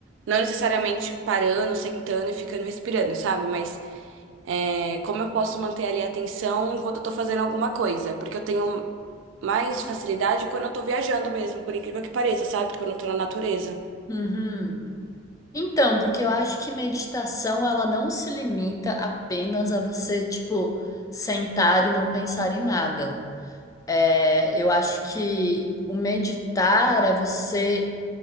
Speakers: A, on the right (about 85°); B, on the left (about 20°).
A: Não necessariamente parando, sentando e ficando respirando, sabe? Mas é, como eu posso manter ali a atenção enquanto eu tô fazendo alguma coisa? Porque eu tenho mais facilidade quando eu tô viajando mesmo, por incrível que pareça, sabe? Quando eu tô na natureza.
B: Uhum. Então, porque eu acho que meditação ela não se limita apenas a você, tipo, sentar e não pensar em nada. É, eu acho que o meditar é você